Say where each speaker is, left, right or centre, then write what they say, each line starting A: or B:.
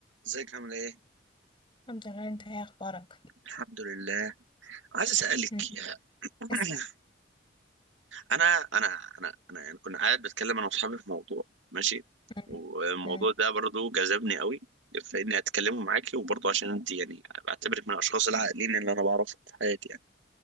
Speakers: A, on the right; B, on the left.
A: ازيك عامل ايه؟
B: الحمد لله انت ايه اخبارك
A: الحمد لله عايز اسالك
B: مم.
A: يا- <clears throat>
B: اسأل
A: انا انا انا انا يعني كنا قاعد بتكلم انا واصحابي في موضوع ماشي
B: مم.
A: والموضوع
B: مم.
A: ده برضو جذبني قوي فاني اتكلمه معاكي وبرضو عشان انت يعني بعتبرك من الاشخاص العاقلين اللي انا بعرفهم في حياتي يعني